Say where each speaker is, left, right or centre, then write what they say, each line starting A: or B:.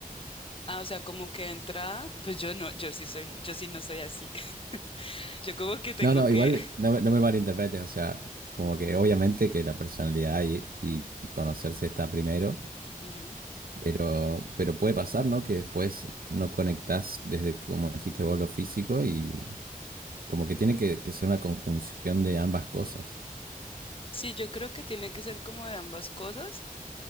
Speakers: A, on the left (about 40°); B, on the right (about 80°).
A: ah, o sea, como que de entrada, pues yo no, yo sí soy, yo sí no soy así. <laughs> Yo como que tengo
B: No, no,
A: que,
B: igual no, me no me malinterpretes, o sea, como que obviamente que la personalidad y, y y conocerse está primero
A: <laughs> Ujú.
B: Pero, pero puede pasar, ¿no? Que después no conectás desde, como dijiste vos, lo físico y como que tiene que, que ser una conjunción de ambas cosas.
A: Sí, yo creo que tiene que ser como de ambas cosas.